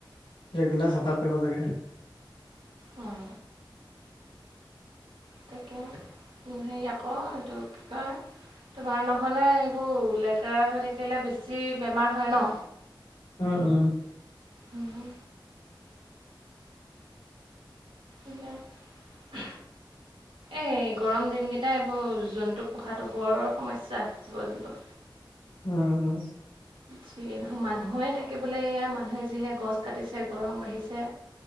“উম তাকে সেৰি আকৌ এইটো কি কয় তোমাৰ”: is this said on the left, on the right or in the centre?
Right